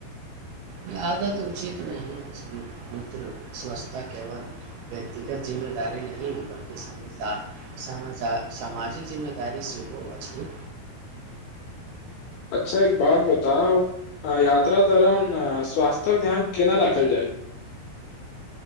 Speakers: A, on the right; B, on the left.
A: ई आदत उचित नहि अछि मित्र स्वस्थता केवल व्यक्तिगत जिम्मेदारी नहि हय बल्कि समझदार सामाजिक जिम्मेदारी सेहो अछि
B: अच्छा एक बात बताउ आ यात्रा दौरान स्वास्थ्यक ध्यान केना राखल जाय